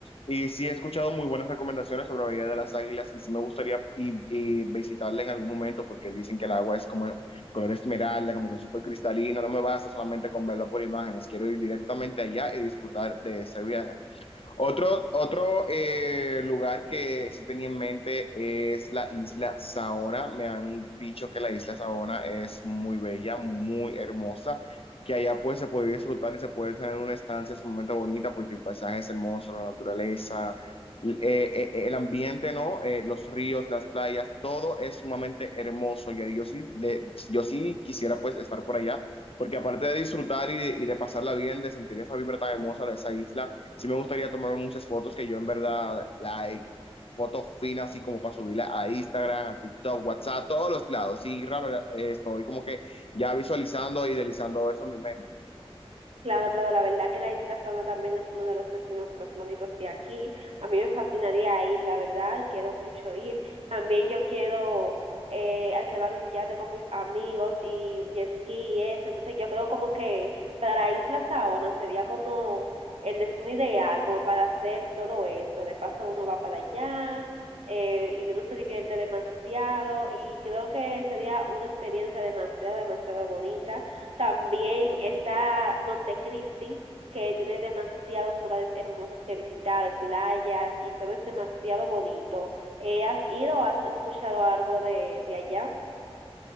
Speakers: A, on the left; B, on the right.
A: Y sí he escuchado muy buenas recomendaciones sobre la Bahía de las Águilas y sí me gustaría y- y visitarla en algún momento porque dicen que el agua es como color esmeralda, como que súper cristalino, no me baso solamente con verlo por imágenes, quiero ir directamente allá y disfrutar de ese viaje. Otro, otro eh, lugar que sí tenía en mente es la isla Saona. Me han dicho que la isla Saona es muy bella, muy hermosa, que allá pues se puede disfrutar y se puede tener una estancia sumamente bonita porque el paisaje es hermoso, la naturaleza, l- eh, eh, eh, el ambiente, ¿no? Eh, los ríos, las playas, todo es sumamente hermoso. Y ahí yo sí, de- yo sí quisiera pues estar por allá porque aparte de disfrutar y de, y de pasarla bien, de sentir esa vibra tan hermosa de esa isla, sí me gustaría tomarme muchas fotos que yo en verdad, like, fotos finas, así como para subirla a Instagram, a TikTok, WhatsApp, todos los lados. Sí, la verdad, eh, estoy como que ya visualizando y idealizando eso en mi mente.
B: Claro, claro, la verdad que la Isla Saona también es uno de los destinos más bonitos de aquí. A mí me fascinaría ir, la verdad, quiero mucho ir. También yo quiero eh, alquilar un yate con mis amigos y un jet ski y eso. Entonces yo creo como que para la Isla Saona sería como el destino ideal, como para hacer todo eso. De paso uno va para allá eh, y uno se divierte demasiado y creo que sería una experiencia demasiado, demasiado bonita. También está Montecristi, que tiene demasiados lugares hermosos que visitar, playas y todo es demasiado bonito. Eh, ¿Has ido? o ¿Has escuchado algo de, de allá?